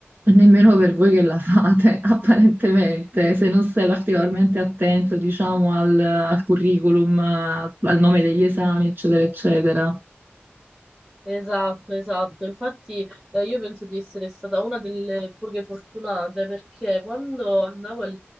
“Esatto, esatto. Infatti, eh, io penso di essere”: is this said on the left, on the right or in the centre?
Right